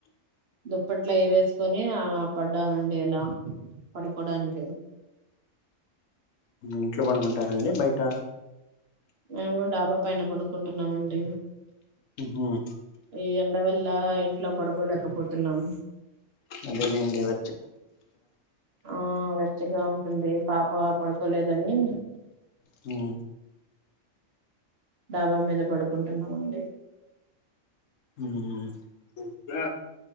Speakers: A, on the right; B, on the left.
A: దుప్పట్లా ఇవేసుకొని ఆ పడ్డామండి అలా పడుకోడానికి
B: ఇంట్లో పడుకుంటారండి బయట
A: మేము డాబా పైన పండుకుంటున్నామండి.
B: మ్మ్
A: ఈ ఎండవల్ల ఇంట్లో పడుకోలేకపోతున్నాం.
B: అదేనండి ఇవ
A: ఆ వెచ్చగా ఉంటుంది పాప పడుకోలేదని
B: ఉ
A: డాబా మీద పడుకుంటున్నామండి.
B: మ్మ్ ఏం